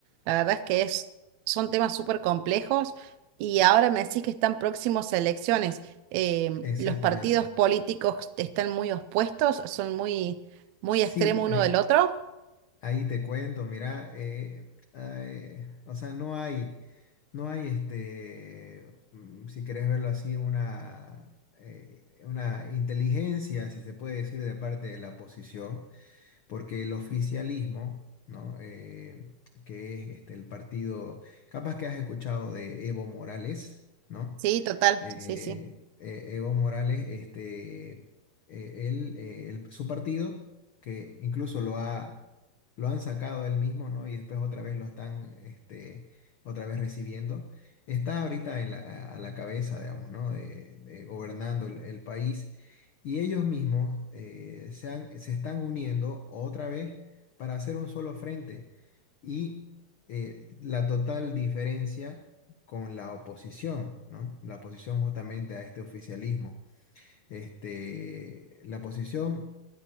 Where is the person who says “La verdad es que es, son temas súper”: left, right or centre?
Right